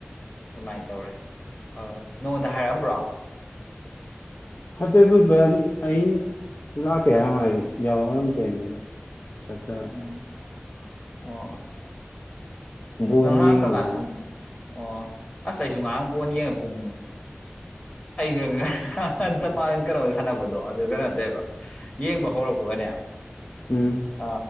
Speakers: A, on the left; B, on the left.
A: ꯑꯗꯨꯃꯥꯏꯅ ꯇꯧꯔꯦ ꯑ ꯅꯉꯣꯟꯗ ꯍꯥꯏꯔꯛꯑꯝꯕ꯭ꯔꯣ
B: ꯍꯥꯏꯐꯦꯠꯐꯦꯠ ꯑꯩꯅ ꯂꯥꯛꯀꯦ ꯍꯥꯏꯃ ꯍꯥꯏ ꯌꯥꯎ ꯑꯗꯨꯝ ꯆꯦꯟꯗ ꯆꯠꯠꯇ
A: ꯎꯝ ꯑꯣ
B: ꯕꯣꯟ
A: ꯅꯪ ꯉꯥꯏꯍꯥꯛ
B: ꯌꯦꯡꯉꯤꯅ
A: ꯀꯔꯀꯥꯟꯗ ꯍ ꯑꯣ ꯑꯁ ꯑꯩꯁꯨ ꯉꯥꯏꯍꯥꯛ ꯄꯣꯟꯅ ꯌꯦꯡꯉ ꯄꯨꯡ ꯑꯩꯒꯒ꯭ꯔ ꯆꯄꯥꯟ ꯀꯩꯅꯣꯗ ꯁꯥꯟꯅꯕꯗꯣ ꯑꯗꯨ ꯀꯩꯅꯣ ꯇꯧꯕ ꯌꯦꯡꯕ ꯍꯧꯔꯛꯄꯒꯅꯦ
B: ꯎꯝ
A: ꯑ